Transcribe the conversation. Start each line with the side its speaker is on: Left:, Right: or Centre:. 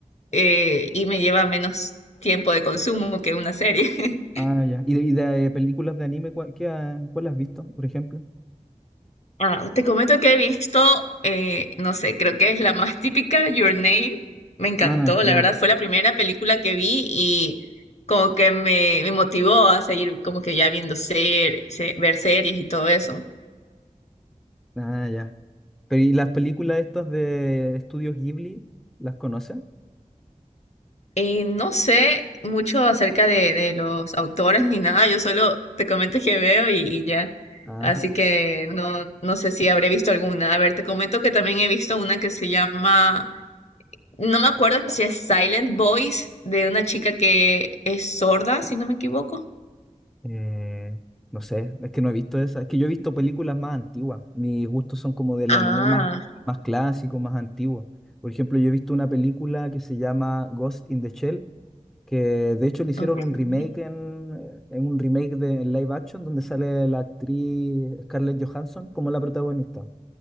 Left: eh, y me lleva menos tiempo de consumo que una serie. <laughs>
Centre: Ah, ya. ¿Y de, y de películas de anime, cuál, qué ha- cuál has visto, por ejemplo?
Left: Ah, te comento que he visto, eh, no sé, creo que es la más típica, Your Name. Me encantó,
Centre: Ah, ya.
Left: la verdad, fue la primera película que vi y como que me, me motivó a seguir como que ya viendo ser, se- ver series y todo eso.
Centre: Ah, ya. Pero ¿y las películas estas de Estudios Ghibli, las conoces?
Left: Eh, no sé mucho acerca de, de los autores ni nada, yo solo te comento que veo y, y ya.
Centre: Ah,
Left: Así que no, no sé si habré visto alguna. A ver, te comento que también he visto una que se llama, no me acuerdo si es Silent Voice, de una chica que es sorda, si no me equivoco.
Centre: eh, no sé, es que no he visto esas. Es que yo he visto películas más antiguas. Mis gustos son como del
Left: Ah,
Centre: anime más, más clásico, más antiguo. Por ejemplo, yo he visto una película que se llama Ghost in the Shell, que de hecho le hicieron
Left: ok.
Centre: un remake en, eh, en un remake de en live action donde sale la actriz Scarlett Johansson como la protagonista.